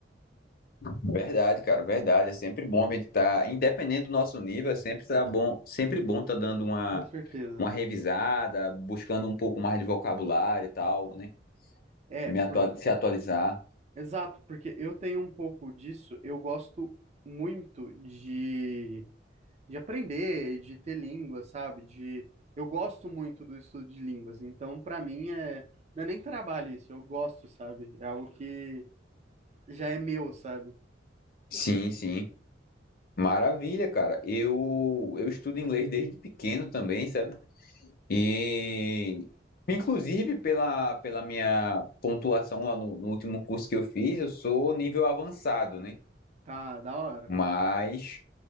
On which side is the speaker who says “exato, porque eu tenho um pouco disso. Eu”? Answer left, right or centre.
Right